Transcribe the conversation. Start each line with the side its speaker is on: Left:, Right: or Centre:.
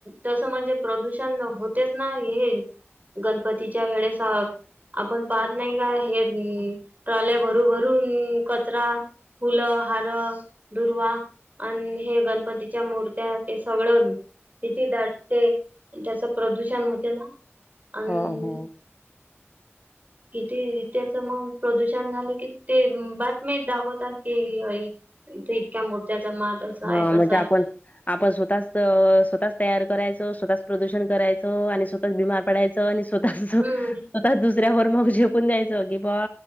Right: तसं म्हणजे प्रदूषण होतेच ना हे गणपतीच्या वेळेस आपण पाहत नाही का हे ट्रॉल्या भरू भरून कचरा फुलं हार दुर्वा अन हे गणपतीच्या मूर्त्या ते सगळ किती दाटते त्याच प्रदूषण होते ना आणि
Left: हो हो.
Right: किती त्याच मग प्रदूषण झालं की ते बातमी दाखवतात की इथे इतक्या मूर्त्याचा मात असा
Left: हा
Right: आहे तसा
Left: म्हणजे आपण
Right: आहे
Left: आपण स्वतःच स्वतःच तयार करायच स्वतःच प्रदूषण करायचं आणि स्वतःच बिमार पडायचं आणि स्वतःच आवतच
Right: हम्म
Left: दुसऱ्यावर मग जेपून द्यायचं की बा